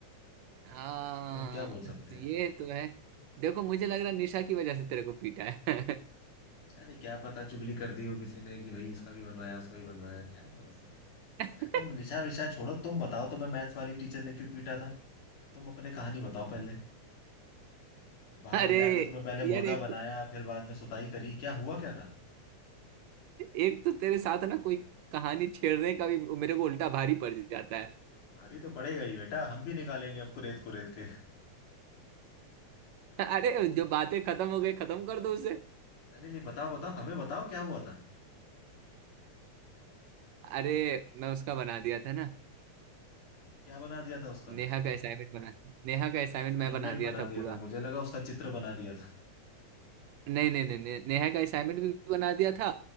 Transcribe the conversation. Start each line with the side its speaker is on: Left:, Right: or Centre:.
Right: हाँ
Left: अब इसमें हम क्या बोल सकते
Right: तो
Left: हैं
Right: ये तो है देखो मुझे लग रहा है निशा की वजह से तेरे को पीटा है
Left: अरे क्या पता चुगली कर दी हो किसी ने कि भाई इसका भी बनवाया उसका भी बनवाया क्या भरोसा
Right: <laughs>
Left: तुम निशा विशा छोड़ो तुम बताओ तुम्हें मैथ्स वाली टीचर ने क्यों पीटा था तुम अपने कहानी बताओ पहले बाहर
Right: अरे
Left: ले जाकर तुम्हें पहले
Right: यार
Left: मुर्गा
Right: एक
Left: बनाया फिर बाद में सुताई करी क्या हुआ क्या था
Right: एक तो तेरे साथ ना कोई कहानी छेड़ने का भी मेरे को उल्टा भारी पड़ जाता है
Left: तुम भारी तो पड़ेगा ही बेटा हम भी निकालेंगे आपको रेत को रेत के
Right: <laughs> अरे जो बातें खत्म हो गई खत्म कर दो उसे
Left: नहीं नहीं बताओ बताओ हमें बताओ क्या हुआ था
Right: अरे मैं उसका बना दिया था ना
Left: क्या बना दिया था उसका
Right: नेहा का असाइनमेंट बना नेहा का
Left: अच्छा
Right: असाइनमेंट
Left: असाइनमेंट
Right: मैं बना दिया
Left: बना
Right: था
Left: दिया
Right: पूरा
Left: था मुझे लगा उसका चित्र बना दिया था
Right: नहीं नहीं नहीं नहीं, नेहा का
Left: हम्म,
Right: असाइनमेंट भी बना दिया था